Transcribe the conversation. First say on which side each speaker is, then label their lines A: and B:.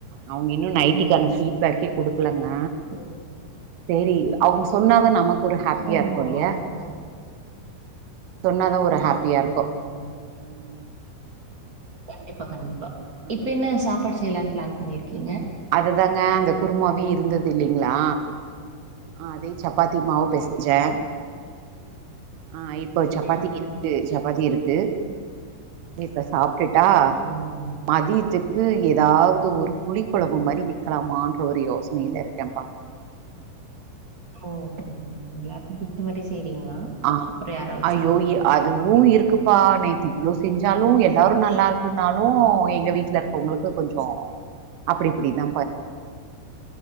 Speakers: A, on the right; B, on the right.
A: அவுங்க இன்னு நைட்டிக்கான
B: ம்.
A: ஃபீட்பேக்கே குடுக்லங்க
B: ம்.
A: சேரி அவுங்க சொன்னா தா நமக் ஒரு ஹாப்பியா
B: ஓஹோ!
A: இருக்கு இல்யா
B: அவுங்கதான்.
A: சொன்னாதா ஒரு ஹாப்பியா
B: ஆமா, ஆமாங்க.
A: இருக்கு ம்
B: கண்டிப்பா கண்டிப்பா
A: ஆ,
B: இப்ப என்ன சாப்பாடு செய்லான் பிளான் பண்ணிர்க்கீங்க
A: அதுதாங்க அந்த குருமாவே இருந்தது இல்லீங்ளா அதே சப்பாத்தி மாவு பெசஞ்சே
B: ஆமா.
A: ஆ இப்ப சப்பாத்திக்கு
B: ஆ.
A: இருக்கு சப்பாத்தி இருக்கு இப்ப சாப்டுட்டா
B: ம்.
A: மதியத்துக்கு எதாது ஒரு புளி கொழம்பு மாரி வெக்லாமான்ற ஒரு யோசனைல இருக்கேபா
B: ஓ ஓகேங்க எல்லாருக்கு புடிச்ச மாரியே செய்றீங்களா
A: ஆ
B: அப்புறம் யாராவது
A: அய்யோ
B: சாப்பிடாம போயிருப்பாங்களா?
A: அதுவு இருக்குப்பா நேத்தி இவ்ளோ செஞ்சாலு எல்லாரு நல்லா இருக்குன்னாலு எங்க வீட்ல இருக்கவங்களுக்கு கொஞ்சோ அப்டி இப்டி தா